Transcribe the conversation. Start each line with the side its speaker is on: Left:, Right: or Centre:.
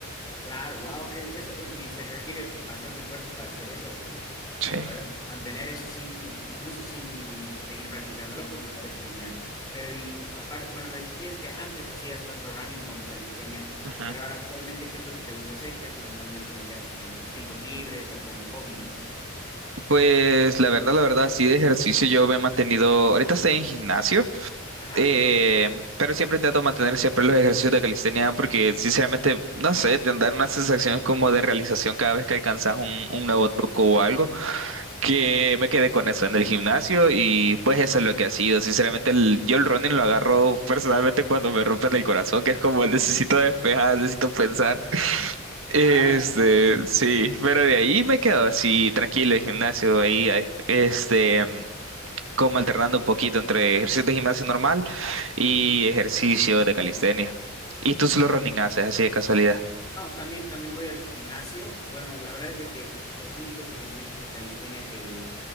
Left: Claro, wow, que eso, eh, y se requiere bastante fuerza para hacer eso, así que
Right: Sí.
Left: la verdad, mantener eso sin, incluso sin seguir practicándolo, pues me parece genial. Pero y aparte, bueno, me decías que antes hacías tanto running como calistenia,
Right: Ujú.
Left: pero ahora actualmente, ¿qué es lo que te gusta hacer? ¿Qué es normalmente lo que haces en tus tiempos libres o como hobby, digamos?
Right: Pues la verdad, la verdad, sí de ejercicio yo me he mantenido, ahorita estoy en gimnasio,
Left: Ajá.
Right: eh, pero siempre intento mantener siempre los ejercicios de calistenia porque sinceramente, no sé, te dan una sensación como de realización cada vez que alcanzas un, un
Left: Sí,
Right: nuevo
Left: sí.
Right: truco o algo. que me quedé con eso en el gimnasio y pues eso es lo que ha sido. Sinceramente, el- yo el running lo agarro personalmente cuando me rompen el corazón, que es como el necesito despejar, necesito pensar. Este,
Left: Claro, claro.
Right: sí, pero de ahí me quedo así tranquilo en gimnasio, ahí, ahí, este, mm, como alternando un poquito entre ejercicio de gimnasio normal y
Left: Mm.
Right: ejercicio de calistenia. ¿Y tú solo running haces así de casualidad?
Left: No, también, también voy al gimnasio. Bueno, la verdad es de que los únicos ejercicios de calistenia que,